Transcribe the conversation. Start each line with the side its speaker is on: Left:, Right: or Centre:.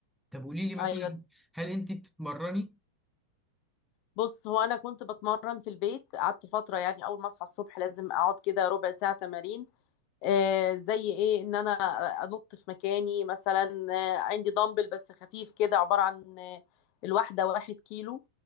Centre: طب قولي لي مثلا
Left: ايوه
Centre: هل انت بتتمرني
Left: بص هو انا كنت بتمرن في البيت قعدت فترة يعني اول ما اصحى الصبح لازم اقعد كده ربع ساعة تمارين آه، زي ايه ان انا انط في مكاني مثلا آه، عندي دمبل بس خفيف كده عبارة عن آه، الواحدة واحد كيلو